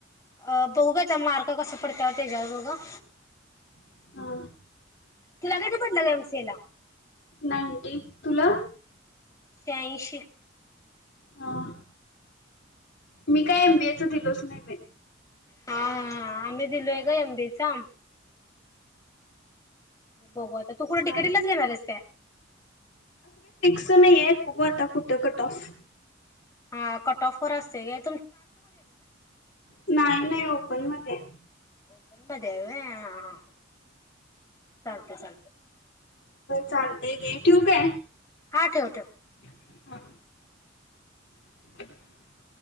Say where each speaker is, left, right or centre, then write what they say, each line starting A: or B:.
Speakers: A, on the left; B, on the left.
A: अं बघु की आता मार्क कस पडतात त्याच्यावर बघ.
B: हा
A: तिला किती पडल्यात एम सी ए ला?
B: नाईंटी तुला
A: शहाऐंशी
B: ह मी काय एमबीएच दिलोचं नई बई.
A: हा हा हा आम्ही दिलोय गं एम बी ए चा बघू आता. तर तू कुठ
B: चालेल
A: डी के टी लाच घेणार आहेस का?
B: तं नाही आहे बघू आता कुठं कट ऑफ
A: हा कटऑफ वर असते घे
B: नाही नाही ओपन मध <inaudible>
A: ओपनमध्ये आहे व्हयं हा चालतय चालतय.
B: चालतेय घे ठेवू काय.
A: हा ठेव ठेव
B: हा <inaudible>